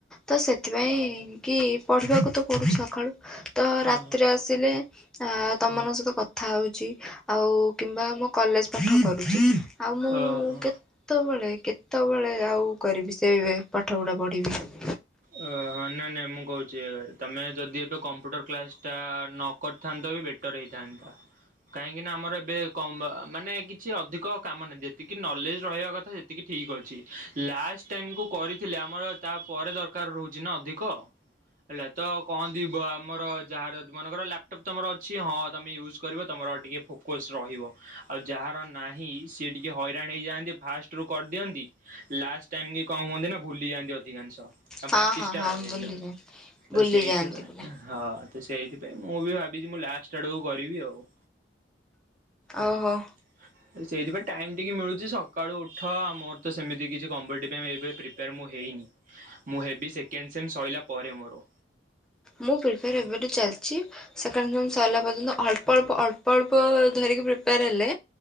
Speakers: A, in the centre; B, on the right (about 45°).
A: ତ ସେଥିପାଇଁ କି ପଢିବାକୁ ତ ପଡୁଚି ସଖାଳୁ। ତ
B: ହଁ
A: ରାତିରେ ଆସିଲେ ଆ ତମମାନଙ୍କ
B: ହଁ ହଁ
A: ସହିତ କଥା ହଉଚି ଆଉ କିମ୍ବା ମୋ କଲେଜ ପାଠ କରୁଚି ଆଉ ମୁଁ
B: ଓହୋ।
A: କେତବେଳେ କେତବେଳେ ଆଉ କରିବି ସେ ଏଇବେ ପାଠପଢା ପଢିବି।
B: ଅ ହଁ ନାଇଁ ନାଇଁ ମୁଁ କହୁଚି ତମେ ଯଦି ଏବେ କମ୍ପ୍ୟୁଟର କ୍ଲାସଟା ନ କରିଥାନ୍ତ ବି ବେଟର ହେଇଥାନ୍ତା। କାହିଁକି ନା ଆମର ଏବେ କମ୍ ଆ ମାନେ କିଛି ଅଧିକ କାମ ନାହିଁ। ଯେତିକି ନଲେଜ ରହିବା କଥା ସେ ତିକି ଠିକ୍ ଅଛି ଲାଷ୍ଟ ଟାଇମକୁ କରିଥିଲେ ଆମର ତାପରେ ଦର୍ କାର ରହୁଚି ନା ଅଧିକ ହେଲା ତ କହନ୍ତି ବ ତମର ଯାହାର ଦ ବ ମନେକର ଲ୍ୟାପଟପ୍ ତମର ଅଛି ହଁ ତମେ ୟୁଜ୍ କରିବ ତମର ଟିକେ ଫୋକ୍ କୋସ୍ ରହିବ। ଆଉ ଯାହାର ନାହିଁ ସିଏ ଟିକିଏ ହଇରାଣ ହେଇଯାଆନ୍ତି ଫାଷ୍ଟରୁୁ କରିଦିଅନ୍ତି ଲାଷ୍ଟ ଟାଇମ୍ କି କଣ ହୁଅନ୍ତି ନା ଭୁଲି ଯାଆନ୍ତି ଅଧିକାଂଶ।
A: ହଁ
B: ପ୍ରାକ୍ଟିସଟା
A: ହଁ ହଁ
B: ରହେନି
A: ବୁଲି ଯାଆନ୍ତି
B: ତ
A: ବୁଲି
B: ସେଇଥିପାଇଁ
A: ଯାଆନ୍ତି
B: ଉଁ
A: ପିଲା
B: ହ ତ ସେଇଥିପାଇଁ ମୁଁ ବି ଭାବିଚି ମୁଁ ଲାଷ୍ଟ ଆଡୁକୁ କରିବି ଆଉ। ହୁଁ।
A: ଓହୋ
B: ସେଇଥିପାଇଁ ଟାଇମ୍ ଟିକେ ମିଳୁଚି ସକାଳୁ ଉଠ ଆଉ ମୋର ତ ସେମିତି କିଛି କମ୍ପିଟିଭ ପାଇଁ ଏବେ ପ୍ରିପେୟାର ମୁଁ ହେଇନି। ମୁଁ ହେବି ସେକେଣ୍ଡ ସେମ୍ ସଇଲା ପରେ ମୋର।
A: ମୋ ପ୍ରିପେୟାର୍
B: ହଁ
A: ଏବେଠୁ ଚାଲିଚି ସେକଣ୍ଡ ସେମ୍ ସରିଲା ପର୍ଯ୍ୟନ୍ତ ଅଳ୍ପ ଅଳ୍ପ ଅଳ୍ପ ଅଳ୍ପ ଧରିକି ପ୍ରିପେୟାର୍ ହେଲେ